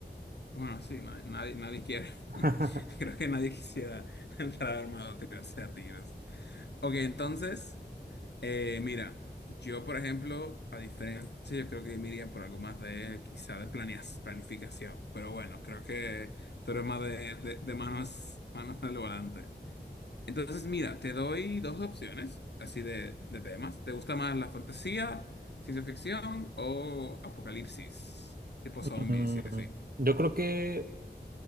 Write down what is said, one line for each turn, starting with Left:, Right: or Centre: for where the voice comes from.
Left: Bueno, sí, nadie, nadie, nadie quiere.
Right: <laughs>
Left: <laughs> Creo que nadie quisiera <laughs> entrar armado a tirarse a tiros. Ok, entonces, eh, mira, yo, por ejemplo, a diferencia, yo creo que me iría por algo más de, quizá de planeas- planificación. Pero bueno, creo que tú eres más de, de, de manos, manos al volante. Entonces, mira, te doy dos opciones, así de, de temas. ¿Te gusta más la fantasía, ciencia ficción o apocalipsis, tipo
Right: Mm,
Left: zombies y así?
Right: yo creo que